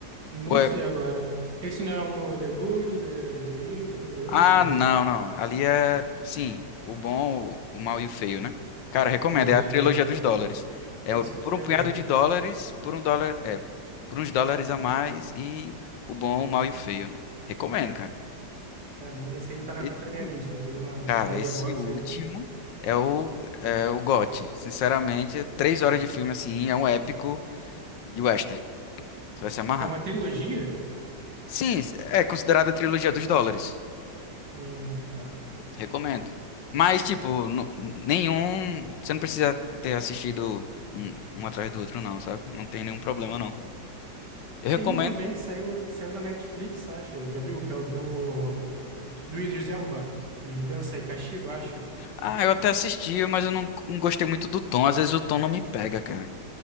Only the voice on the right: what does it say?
não
sei
agora. Esse não é o The Good, The, The Evil, The
Ugly?
Isso,
isso.
Esse
que eu queria
ver.
Pra mim, esse aí tá na,
tá na minha lista. Tem uma
Letterboxd
aí.
É uma trilogia?
Hum, tá.
Tem um também que saiu, saiu na Netflix, acho. Já viu? Que é o do, do Idris Elba. Vingança e Castigo, acho.